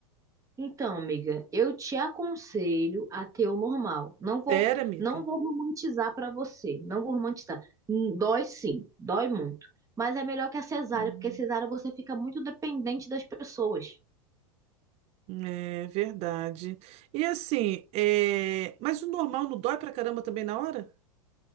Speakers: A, on the right; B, on the right.
A: Então, amiga, eu te aconselho a ter o normal. Não vou,
B: Sério, amiga?
A: não vou romantizar pra você, não vou romantizar. Hum, Dói sim, dói muito, mas é melhor que a cesárea,
B: Hum,
A: porque a cesárea você fica muito dependente das pessoas.
B: É verdade. E assim, é... mas o normal não dói pra caramba também na hora?